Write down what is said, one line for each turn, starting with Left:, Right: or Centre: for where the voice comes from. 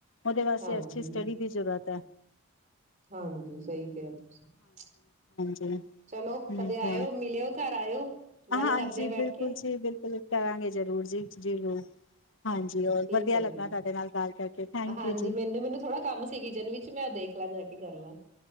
Left: ਉਹਦੇ ਵਾਸਤੇ
Right: ਹਾਂਜੀ
Left: ਅੱਛੀ ਸਟੱਡੀ ਦੀ ਜ਼ਰੂਰਤ ਹੈ।
Right: ਹਾਂਜੀ ਸਹੀ ਕਿਹਾ ਤੁਸੀਂ <inaudible>
Left: ਠੀ ਠੀਕ
Right: ਚਲੋ ਕਦੇ ਆਇਓ ਮਿਲਿਓ ਘਰ ਆਇਓ
Left: ਆ
Right: ਗੱਲ
Left: ਹਾਂਜੀ
Right: ਕਰਦੇ ਬੈਠ
Left: ਬਿਲਕੁਲ
Right: ਕੇ
Left: ਜੀ ਬਿਲਕੁਲ ਕਰਾਂਗੇ ਜਰੂਰ ਜੀ ਜੀ ਰੂ ਹਾਂਜੀ ਹੋਰ
Right: ਠੀਕ
Left: ਵਧੀਆ
Right: ਹੈ
Left: ਲੱਗਾ
Right: ਜੀ
Left: ਤੁਹਾਡੇ ਨਾਲ ਗੱਲ ਕਰਕੇ ਥੈਂਕ
Right: ਹਾਂਜੀ
Left: ਯੂ ਜੀ
Right: ਮੈਨੂੰ, ਮੈਨੂੰ ਥੋੜਾ ਕੰਮ ਸੀ ਕਿਚਨ ਵਿੱਚ ਮੈਂ ਦੇਖ ਲਾ ਜਾ ਕੇ ਕਰ ਲਾਂ